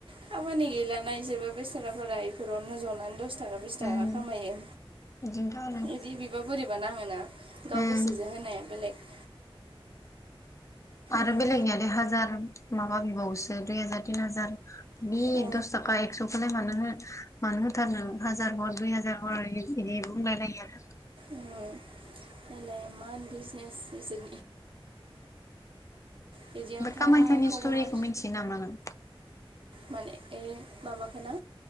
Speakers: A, on the right; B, on the left.
A: खामानि गैला ना इसोरबो बेसोराफोरा इफोरावनोजनानै दस दस थाखा बिस थाखा
B: उम
A: खामायो
B: बिदिनोथ' आरो
A: बिदि बिबा बोरैबा नाङोना गाव
B: उम
A: गोसो जो होनाया बेलेग
B: आरो
A: उम
B: बेलेगनियालाय हाजार माबा बिबावोसो दुइ हाजार तिन हाजार बे
A: अ
B: दस थाखा एकस'खौलाय मानो हो मानो होथारनो हाजार हर दुइ हाजार हर बिदि बुंलायलायो आरो
A: नायलाय एमान बिजनेसनिसो बिदियावनोथ'
B: बे कामायखानि
A: भगबान
B: स्ट'रिखौ मिथियो नामा नों
A: माने ए माबााखो ना